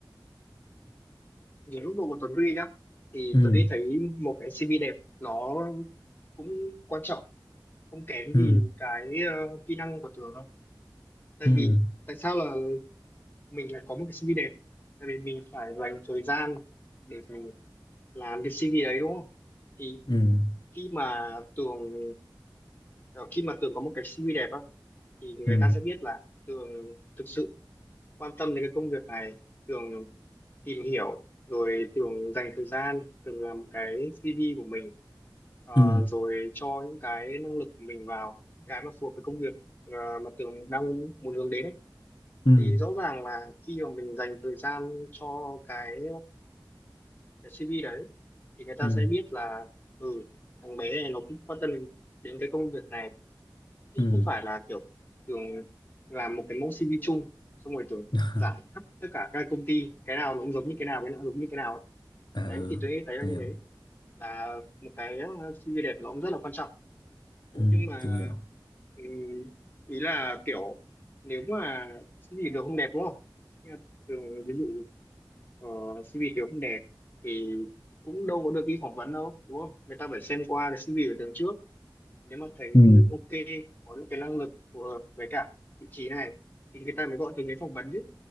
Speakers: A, on the left; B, on the left.
A: Nhiều lúc độ của Tuấn Huy nhá, thì
B: ừ
A: Tuấn Huy thấy một cái CV đẹp nó cũng quan trọng, không kém
B: ừ
A: gì cái ờ, kỹ năng của Tường đâu. Tại
B: ừ
A: vì tại sao là mình lại có một cái CV đẹp? Tại vì mình phải dành một thời gian để mình làm cái CV đấy đúng không? Thì
B: ừ
A: khi mà Tường ờ, khi mà Tường có một cái CV đẹp á, thì người
B: ừ
A: ta sẽ biết là Tường thực sự quan tâm đến cái công việc này, Tường tìm hiểu rồi Tường dành thời gian Tường làm cái CV của mình ờ,
B: ừ
A: rồi cho những cái năng lực của mình vào những cái mà phù hợp với công việc ờ, mà Tường đang muốn hướng đến ấy.
B: ừ
A: Thì
B: ừ
A: rõ ràng là khi mà mình dành thời gian cho cái, cái CV đấy thì người ta
B: ừ
A: sẽ biết là ừ thằng bé này nó cũng quan tâm đến đến cái công việc này chứ
B: ừ
A: không phải là kiểu Tường làm một cái mẫu CV chung xong rồi Tường
B: <laughs>
A: giải khắp tất cả các công ty cái nào nó cũng giống như cái nào cái nào cũng giống như cái nào ấy.
B: à
A: đấy
B: ừ
A: thì tôi nghĩ thấy là
B: tôi
A: như
B: hiểu
A: thế là một cái uh, CV đẹp nó cũng rất là quan trọng
B: Ừ,
A: nhưng mà
B: Tường hiểu.
A: ừm, ý là kiểu nếu mà CV được không đẹp đúng không Nhưng mà thường ví dụ uh, CV Tường không đẹp thì cũng đâu có được đi phỏng vấn đâu đúng không người ta phải xem qua cái CV của Tường trước nếu mà thấy
B: ừ
A: ok có những cái năng lực phù hợp với cả vị trí này thì người ta mới gọi Tường đến phỏng vấn chứ